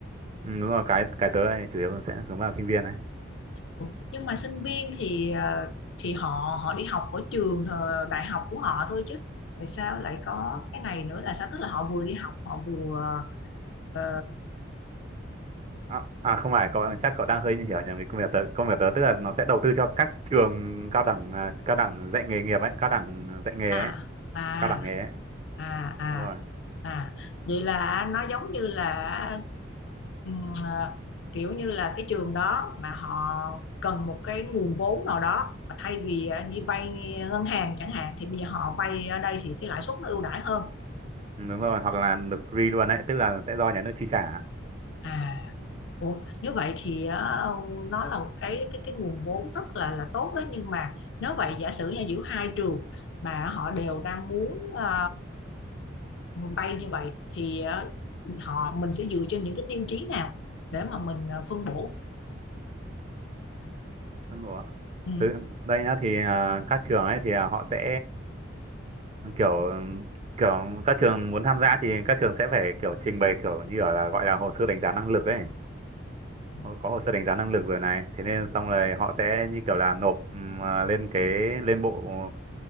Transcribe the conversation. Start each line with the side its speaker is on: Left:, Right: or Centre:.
Right: ừ, đúng rồi cái cái tớ này chủ yếu sẽ hướng vào sinh viên ấy
Left: Ủa, nhưng mà sinh viên thì à, thì họ họ đi học ở trường ờ, đại học của họ thôi chứ tại sao lại có cái này nữa là sao tức là họ vừa đi học họ vừa ờ,
Right: à, à không phải cậu chắc cậu đang hơi hiểu nhầm cái công việc tớ công việc tớ tức là nó sẽ đầu tư cho các trường cao đẳng à, cao đẳng dạy nghề nghiệp ấy cao đẳng dạy nghề
Left: à
Right: ấy
Left: à
Right: cao đẳng nghề ấy
Left: à à
Right: đúng rồi
Left: À, vậy là nó giống như là ừm, à, kiểu như là cái trường đó mà họ cần một cái nguồn vốn nào đó mà thay vì à, đi vay ngân hàng chẳng hạn thì bây giờ họ vay ở đây thì cái lãi suất nó ưu đãi hơn.
Right: Ừ, đúng rồi hoặc là được free luôn đấy tức là sẽ do nhà nước chi trả
Left: À Ủa, nếu vậy thì á, nó là một cái cái cái nguồn vốn rất là là tốt đó nhưng mà nếu vậy giả sử như giữa hai trường mà họ đều đang muốn ờ, bay như vậy thì ờ, họ mình sẽ dựa trên những cái tiêu chí nào để mà mình ờ, phân bổ
Right: Đúng rồi ạ.
Left: ừ.
Right: Từ đây nhá thì à, các trường ấy thì à, họ sẽ kiểu kiểu các trường muốn tham gia thì các trường sẽ phải kiểu trình bày kiểu như kiểu là gọi là hồ sơ đánh giá năng lực ấy
Left: ừ,
Right: Họ có hồ sơ đánh giá năng lực rồi này thế nên xong rồi họ sẽ như kiểu là nộp ừm, à, lên cái lên bộ